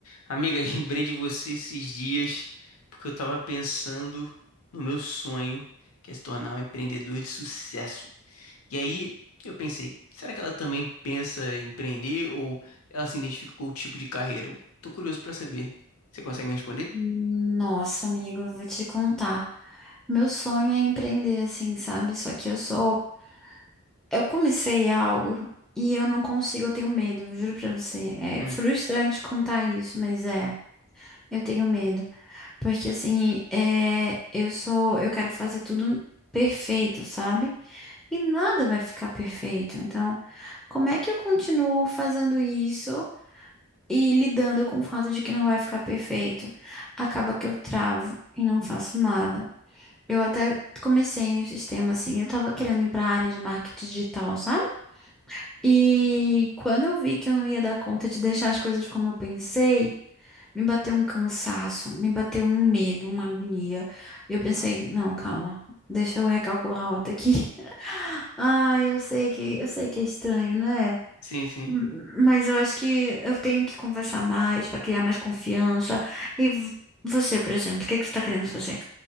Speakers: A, on the left; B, in the centre.
A: Amiga, <laughs> lembrei de você esses dias porque eu tava pensando no meu sonho, que é se tornar um empreendedor de sucesso. E aí eu pensei, será que ela também pensa em empreender ou ela se identifica com o tipo de carreira? Eu tô curioso pra saber. Você consegue me responder?
B: Nossa, amigo, eu vou te contar. Meu sonho é empreender assim, sabe? Só que eu sou. Eu comecei algo e eu não consigo, eu tenho medo, eu juro pra você. É
A: Hum,
B: frustrante contar isso, mas é. Eu tenho medo. Porque assim, é... eu sou. Eu quero fazer tudo perfeito, sabe? E nada vai ficar perfeito. Então, como é que eu continuo fazendo isso? E lidando com o fato de que não vai ficar perfeito, acaba que eu travo e não faço nada. Eu até comecei no sistema assim, eu tava querendo ir pra área de marketing digital, sabe? E quando eu vi que eu não ia dar conta de deixar as coisas como eu pensei, me bateu um cansaço, me bateu um medo, uma agonia. E eu pensei, não, calma, deixa eu recalcular a rota aqui. <laughs> Ai, eu sei que, eu sei que é estranho, né?
A: sim, sim.
B: M- Mas eu acho que eu tenho que conversar mais para criar mais confiança. E v- você, por exemplo, o que é que você está querendo fazer?